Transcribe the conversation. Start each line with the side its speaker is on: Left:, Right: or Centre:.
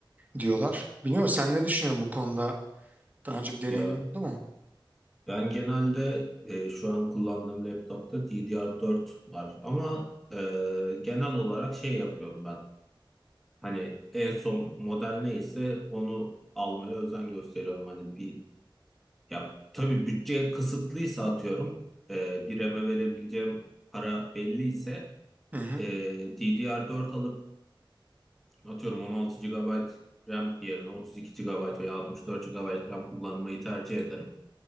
Right: diyorlar. Biliyor musun sen ne düşünüyorsun bu konuda? Daha önce bir deneyimin
Centre: Ya
Right: oldu mu?
Centre: ben genelde e, şu an kullandığım laptopta DDR4 var ama e, genel olarak şey yapıyorum ben. Hani en son model neyse onu almaya özen gösteriyorum. Hani bir ya tabii bütçe kısıtlıysa atıyorum e, bir RAM'e verebileceğim para belliyse
Right: Hı hı.
Centre: e, DDR4 alıp atıyorum 16 gigabayt RAM yerine 32 gigabayt veya 64 gigabayt RAM kullanmayı tercih ederim.